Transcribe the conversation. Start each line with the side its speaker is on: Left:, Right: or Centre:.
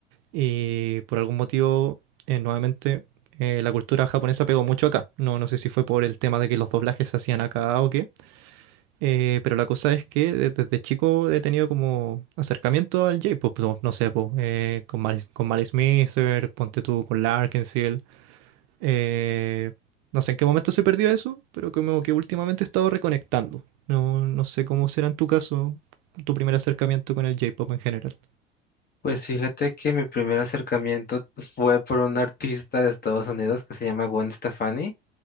Right: Y por algún motivo, eh, nuevamente, eh, la cultura japonesa pegó mucho acá. No, no sé si fue por el tema de que los doblajes se hacían acá o qué. eh, pero la cosa es que de- desde chico he tenido como acercamiento al J-pop. No, no sé, po, eh, con Malice, con Malice Mizer, ponte tú con Larkinsill. eh, no sé en qué momento se perdió eso, pero como que últimamente he estado reconectando. No, no sé cómo será en tu caso tu primer acercamiento con el J-pop en general.
Left: pues fíjate que mi primer acercamiento fue por una artista de Estados Unidos que se llama Gwen Stefani.